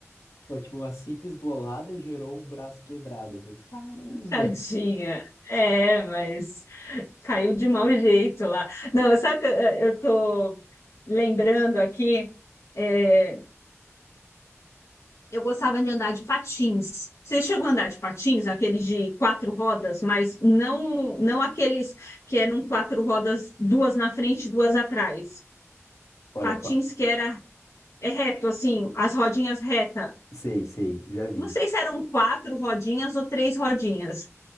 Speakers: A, on the left; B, on the left.
A: foi tipo, uma simples bolada gerou um braço quebrado. Eu falei, caramba.
B: tadinha. É, mas caiu de mau jeito lá. Não, sabe que eu eu tô lembrando aqui, é, Eu gostava de andar de patins. Você chegou a andar de patins, aqueles de quatro rodas, mas não não aqueles que eram quatro rodas, duas na frente, e duas atrás.
A: Olha,
B: Patins
A: pa-
B: que era é reto, assim, as rodinhas reta.
A: sei, sei, já vi.
B: Não sei se eram quatro rodinhas ou três rodinhas.